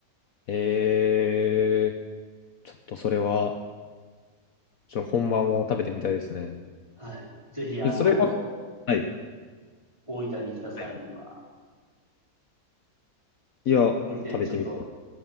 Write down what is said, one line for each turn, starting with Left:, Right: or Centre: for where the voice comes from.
Left: へえ、ちょっとそれは。ちょっと本番も食べてみたいですね。
Right: はい。ぜひ、あの、
Left: え、それは、はい。
Right: 大分に来た際には、
Left: はいはいいや、食べてみたい。
Right: ホリテンちょっと、